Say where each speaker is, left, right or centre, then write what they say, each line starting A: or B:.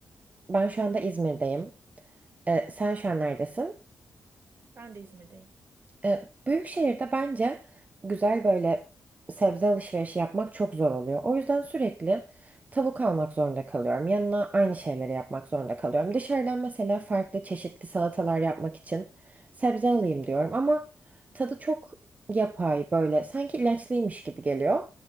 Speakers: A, on the right (about 25°); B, on the right (about 45°).
A: ben şu anda İzmir'deyim. E, Sen şu an neredesin?
B: Ben de İzmir'deyim.
A: E, büyük şehirde bence güzel böyle sebze alışverişi yapmak çok zor oluyor. O yüzden sürekli tavuk almak zorunda kalıyorum. Yanına aynı şeyleri yapmak zorunda kalıyorum. Dışarıdan mesela farklı çeşitli salatalar yapmak için sebze alayım diyorum ama tadı çok yapay böyle sanki ilaçlıymış gibi geliyor.